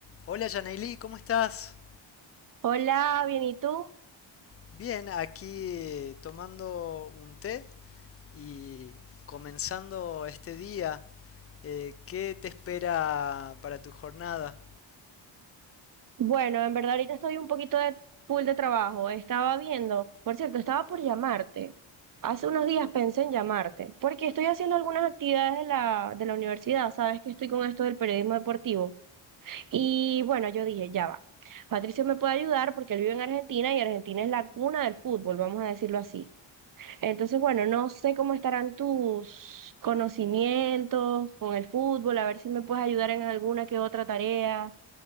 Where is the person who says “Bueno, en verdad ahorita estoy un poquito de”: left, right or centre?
Right